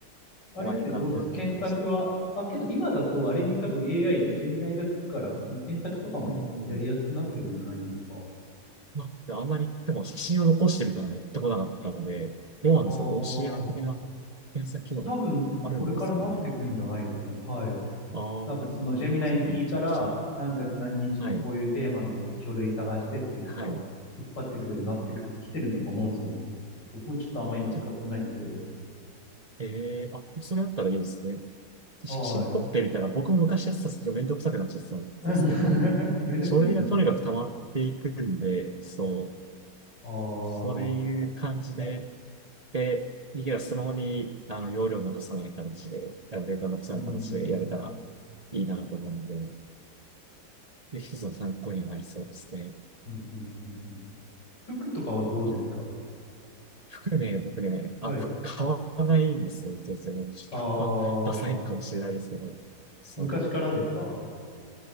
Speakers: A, on the left; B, on the right.
A: あれってどうです検索は、
B: たまにアカウントだったりとかして。
A: あ、けど今だとあれに多分 AI、ジェミナイがつくから、検索とかもやりやすくなってるんじゃないんですか
B: うん。まあ、あんまり、でも写真を残してるからやってこなかったので、どうなんですか
A: ああ、
B: ?OCR 的な検査機能あるんですかね
A: 多分、これからなってくんじゃないですかね。はい。
B: ああー、
A: 多分、そのジェミナイに聞いたら、
B: ちょっとめちゃくちゃ。
A: 何月何日のこういうテーマの書類探してって言ったら、
B: はい。はい。
A: 引っ張ってくるようになってくる、
B: うん。
A: 来てるんだと思うんですよね。僕もちょっとあんま今使ってないんですけど。
B: じゃ、えー、あ、それだったらいいですね。
A: はい。
B: 写真撮ってみたら、僕も昔やってたんですけど、めんどくさくなっちゃってたんですけど、
A: <laughs> めんどくさいですよね。
B: 書類がとにかく溜まっていくんで、そう
A: ああ、
B: そういう感じで、
A: う
B: で、いや、スマホにあの容量を残さない形で、あのデータを残さない形でやれたらいいなと思うんで、
A: ーん。
B: で、一つの参考にはなりそうですね。
A: うん、うん、うん、うん。服とかはどうですか
B: あ、服ね、僕ね、
A: はい。
B: あ、服買わないんですよ、全然。ちょっとあんまダサいのかもしれないですけど、
A: ああ、
B: そう。
A: 昔からですか